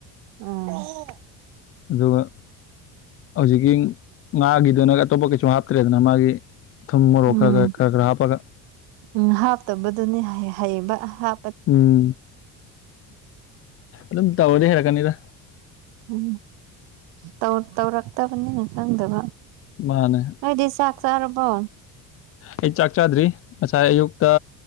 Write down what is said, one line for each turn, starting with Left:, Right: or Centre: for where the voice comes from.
Right: ꯎꯝ
Left: ꯑꯗꯨꯒ ꯍꯧꯖꯤꯛꯀꯤ ꯉꯥꯒꯤꯗꯨꯅꯒ ꯑꯇꯣꯞꯄ ꯀꯩ ꯃꯆꯨ ꯍꯥꯞꯇ꯭ꯔꯦꯗꯅ ꯃꯥꯒꯤ ꯊꯨꯝ ꯃꯣꯔꯣꯛ
Right: ꯎꯝ
Left: ꯈꯔ ꯈꯔ ꯈꯔ ꯈꯔ ꯍꯥꯞꯄꯒ
Right: ꯎꯝ ꯍꯥꯞꯇꯕꯗꯨꯅꯤ ꯍꯩꯕ ꯍꯥ
Left: ꯎꯝ ꯑꯗꯨꯝ ꯇꯧꯔꯗꯤ ꯍꯩꯔꯛꯀꯅꯤꯗ
Right: ꯎꯝ ꯇꯧꯔꯛ ꯇꯧꯔꯛꯇꯕꯅꯤꯅ ꯈꯪꯗꯕ
Left: ꯃꯥꯅꯦ
Right: ꯑꯩꯗꯤ ꯁꯥꯥꯛ ꯆꯔꯕꯣ
Left: ꯑꯩ ꯆꯥꯛ ꯆꯥꯗ꯭ꯔꯤ ꯉꯁꯥꯏ ꯑꯌꯨꯛꯇ